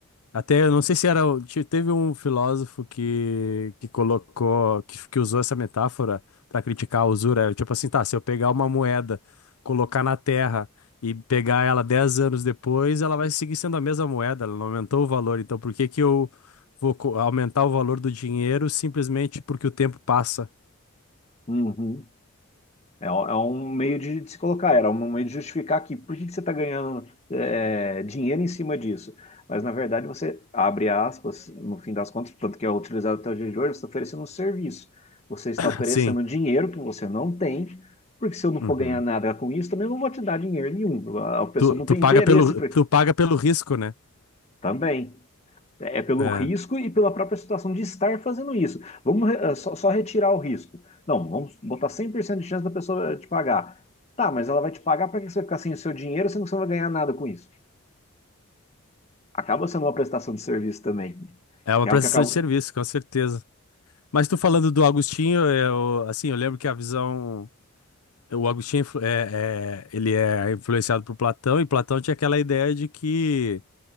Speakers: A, on the left; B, on the left.
A: Até, eu não sei se era. o- te- Teve um filósofo que, que colocou, que, que usou essa metáfora para criticar a usura. Era tipo assim, tá, se eu pegar uma moeda, colocar na terra e pegar ela 10 anos depois, ela vai seguir sendo a mesma moeda, ela não aumentou o valor. Então, por que que eu vou co- aumentar o valor do dinheiro simplesmente porque o tempo passa?
B: uhum. É, é um é um meio de, de se colocar, era um meio de justificar que por que que você está ganhando é, dinheiro em cima disso? Mas, na verdade, você abre aspas, no fim das contas, tanto que é utilizado até o dia de hoje, você está oferecendo um serviço. Você está
A: <coughs>
B: oferecendo
A: <clears throat> Sim.
B: dinheiro que você não tem, porque se eu não for
A: Uhum.
B: ganhar nada com isso, também eu não vou te dar dinheiro nenhum. A a pessoa
A: Tu,
B: não
A: tu
B: tem
A: paga
B: interesse
A: pelo,
B: pra-
A: tu paga pelo risco, né?
B: também. É pelo
A: É,
B: risco e pela própria situação de estar fazendo isso. Vamos eh, só, só retirar o risco. Não, vamos botar 100% de chance da pessoa eh, te pagar. Tá, mas ela vai te pagar, para que você vai ficar sem o seu dinheiro, sendo que você não vai ganhar nada com isso? Acaba sendo uma prestação de serviço também,
A: é uma
B: que
A: prestação
B: é o que acaba
A: de serviço, com certeza. Mas tu falando do Agostinho, eu, assim, eu lembro que a visão, o Agostinho é influ- é, é- ele é influenciado por Platão, e Platão tinha aquela ideia de que,